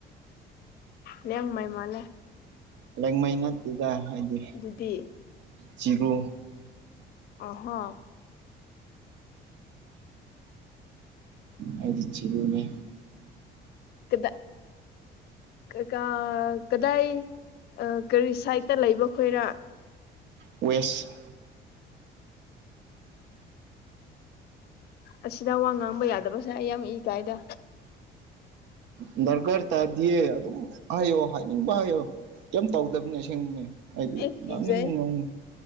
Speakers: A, on the left; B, on the right.
A: ꯅꯉ ꯃꯥꯏ ꯃꯥꯂꯦ
B: ꯂꯦꯡ ꯃꯩꯟꯠꯇꯗ ꯍꯥꯏꯗꯤ
A: ꯑꯗꯨꯗꯤ
B: ꯆꯤꯔꯨ
A: ꯑꯍꯥ
B: ꯑꯩꯗꯤ ꯆꯤꯔꯨꯅꯦ
A: ꯀꯗ ꯀꯥ ꯀꯗꯥꯏ ꯀꯔꯤ ꯁꯥꯏꯠꯇ ꯂꯩꯕ ꯈꯣꯏꯔ
B: ꯋꯦꯁ
A: ꯑꯁꯤꯗ ꯋꯥ ꯉꯥꯡꯕ ꯌꯥꯗꯕꯁꯦ ꯑꯩ ꯌꯥꯝ ꯏ ꯀꯥꯏꯗ
B: ꯗꯔꯀꯥꯔ ꯇꯥꯗꯤꯌꯦ ꯑꯗꯨꯝ ꯍꯥꯏꯌꯣ ꯍꯥꯏꯅꯤꯡꯕ ꯍꯥꯏꯌꯣ ꯀꯩꯝ ꯇꯧꯗꯕꯅꯦ ꯑꯁꯦꯡꯕꯅꯦ ꯍꯥꯏꯗꯤ
A: ꯑꯩ ꯀꯤꯖꯩ
B: ꯉꯥꯡꯅꯤꯡꯕ ꯉꯥꯡꯕ